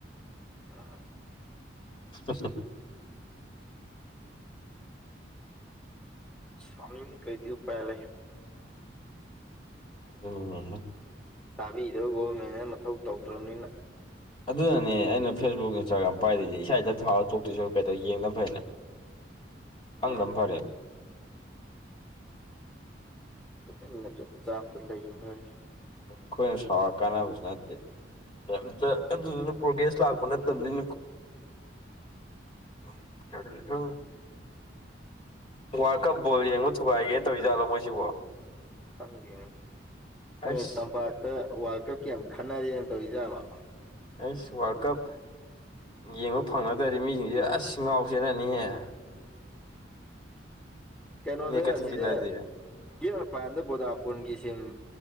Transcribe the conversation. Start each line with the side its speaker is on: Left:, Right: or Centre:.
Centre: <unintelligible>
Left: <unintelligible>
Centre: ꯁꯧꯅꯤꯡꯏ ꯀꯩꯗꯤ ꯄꯥꯏ ꯂꯩ
Left: ꯑꯗꯨꯅꯤꯅꯦꯍꯦ
Centre: ꯇꯥꯕꯤꯗꯧ ꯒꯣꯕꯔꯃꯦꯟꯅ ꯃꯊꯧ ꯇꯧꯗ꯭ꯔꯕꯅꯤꯅ
Left: ꯑꯗꯨꯅꯅꯦ ꯑꯩꯅ ꯐꯦꯁꯕꯨꯛ ꯏꯟꯁꯇꯥꯒ꯭ꯔꯥꯝ ꯄꯥꯏꯗꯤꯖꯦ ꯏꯁꯥ ꯏꯊꯟ ꯁꯥꯎꯔ ꯇꯣꯛꯇꯨꯏ ꯁꯔꯨꯛ ꯀꯩꯇꯧ ꯌꯦꯡꯗꯕꯅ ꯐꯩꯅ
Centre: <inaudible>
Left: ꯈꯪꯗꯕꯅ
Centre: ꯑꯥ
Left: ꯐꯔꯦ
Centre: ꯇꯨꯃꯤꯟꯅ ꯆꯨꯞ ꯆꯥꯞꯇ ꯂꯩ ꯐꯔꯦ
Left: ꯑꯩꯈꯣꯏꯅ ꯁꯥꯎꯔꯒ ꯀꯥꯟꯅꯕꯁꯨ ꯅꯠꯇꯦ ꯀꯩꯑꯝꯇ ꯑꯗꯨꯗꯨꯅ ꯄ꯭ꯔꯣꯒ꯭ꯔꯦꯁ ꯂꯥꯛꯄ ꯅꯠꯇꯕꯅꯤꯅꯀꯣ <unintelligible> ꯋꯥꯔꯜ ꯀꯞ ꯕꯜ ꯌꯦꯡꯕ ꯊꯨꯒꯥꯏꯒꯦ ꯇꯧꯔꯤꯖꯠꯂꯣ ꯃꯣꯏꯁꯤꯕꯣ
Centre: ꯈꯪꯗꯦꯅꯦ
Left: ꯑꯩꯁ
Centre: ꯃꯣꯏ ꯇꯝꯄꯥꯛꯇ ꯋꯥꯔꯜ ꯀꯞꯀꯤ ꯌꯥꯝ ꯈꯟꯅꯔꯦꯅ ꯇꯧꯔꯤꯖꯥꯠꯔꯣ
Left: ꯑꯩꯁ ꯋꯥꯔꯜ ꯀꯞ ꯌꯦꯡꯕ ꯐꯪꯅꯗꯦ ꯃꯤꯁꯤꯡꯁꯦ ꯑꯁ ꯉꯥꯎꯆꯦꯅꯅꯤꯍꯦ
Centre: ꯀꯩꯅꯣꯗ
Left: ꯅꯦꯠꯀ ꯊꯤꯡꯖꯤꯜꯂꯛꯑꯗꯤ
Centre: ꯑꯁꯤꯗꯤ ꯒꯦꯠ ꯃꯄꯥꯟꯗ ꯕꯣꯗꯥ ꯐꯣꯟꯒꯤ ꯁꯤꯝ